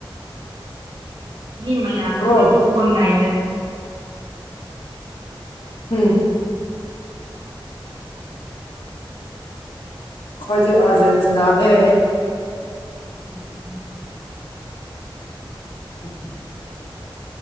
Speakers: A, on the right; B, on the left.
A: ꯃꯤ ꯃꯌꯥꯝꯅ
B: ꯕ꯭ꯔꯣ
A: ꯅꯣꯏ ꯄꯣꯕ ꯉꯥꯏꯅꯔꯤ꯫
B: ꯍꯝ꯫ ꯑꯩꯈꯣꯏꯗꯤ ꯑꯥꯔꯖꯦꯟꯇꯤꯅꯥꯅꯦ꯫
A: <inaudible>
B: <inaudible>